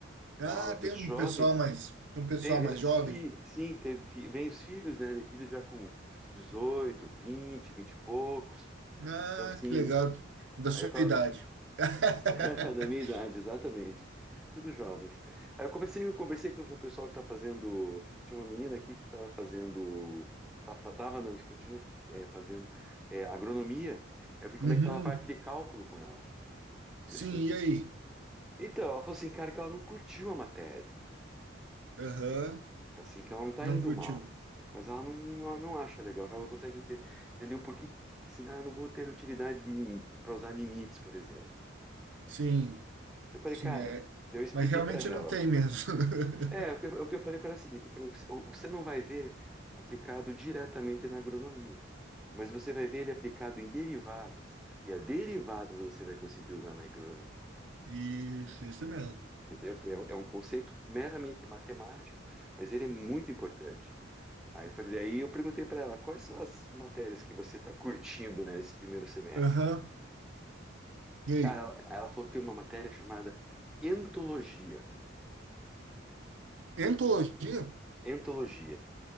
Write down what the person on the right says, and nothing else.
Ah,
tem um
pessoal mais. Tem um pessoal
mais
jovem.
Ah,
que legal. Da sua
idade. <laughs>
Uhum.
Sim,
e aí?
Aham.
Não
curtiu.
Sim,
sim,
é.
Mas realmente
não tem mesmo. <laughs>
Isso, isso mesmo.
Aham. E aí?
Entologia